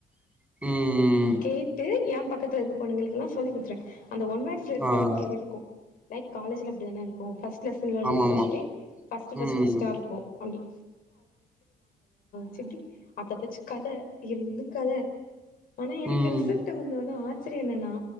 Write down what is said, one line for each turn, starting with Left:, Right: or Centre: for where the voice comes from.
Centre: ம் ம்
Left: கேட்டு எ பக்கத்துல இருக்க பொண்ணுங்களுக்கெல்லா சொல்லி குடுத்துருவ அந்த ஒன் வேர்ட்ஸ்ல இருக்கிறது
Centre: ஆ
Left: இங்க இருக்கு லைக் காலேஜ்ல அப்டிதான இருக்கு ஃபர்ஸ் ட் லெசன்ல உள்ளது
Centre: ஆமாமா
Left: கொஸ்டின் ஃபஸ்ட் ஃபஸ்ட்
Centre: ம்
Left: ஃபஸ்டாருக்கு அப்டி சு எப்டி அத வெச்சு கத இருந்து கத ஆனா எனக்கு
Centre: ம்
Left: ரிசல்ட் வந்த ஒன்ன ஆ ச்சரியோ என்னண்ணா